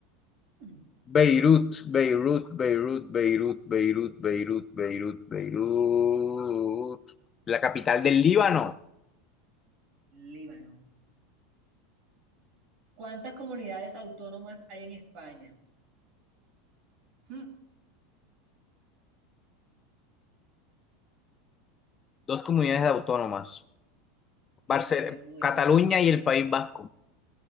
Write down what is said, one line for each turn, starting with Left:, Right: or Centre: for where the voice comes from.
Right: Mm.
Left: Beirut, Beirut, Beirut, Beirut, Beirut, Beirut, Beirut, Beirut. La capital del Líbano.
Right: Líbano. ¿Cuántas comunidades autónomas hay en España? Mm,
Left: Dos comunidades autónomas.
Right: sí,
Left: Barce-
Right: me salió buena.
Left: Cataluña y el País Vasco.